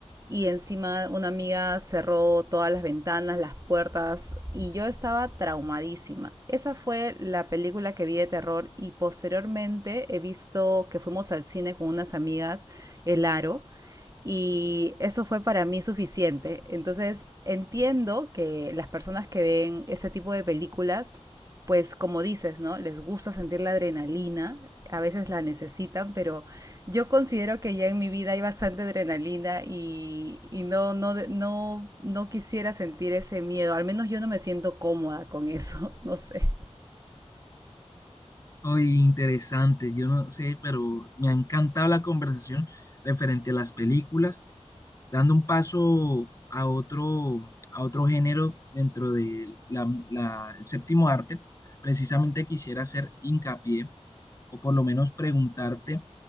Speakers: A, on the right (about 30°); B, on the left (about 30°).
A: y encima una amiga cerró todas las ventanas, las puertas y yo estaba traumadísima. Esa fue la película que vi de terror y posteriormente he visto que fuimos al cine con unas amigas, El Aro, y eso fue para mí suficiente. Entonces entiendo que las personas que ven ese tipo de películas, pues como dices, ¿no? Les gusta sentir la adrenalina, a veces la necesitan, pero yo considero que ya en mi vida hay bastante adrenalina y, y no, no, no, no quisiera sentir ese miedo, al menos yo no me siento cómoda con eso, <laughs> no sé.
B: Muy interesante, yo no sé, pero me ha encantado la conversación referente a las películas dando un paso a otro, a otro género dentro de la, la- el séptimo arte, precisamente quisiera hacer hincapié o por lo menos preguntarte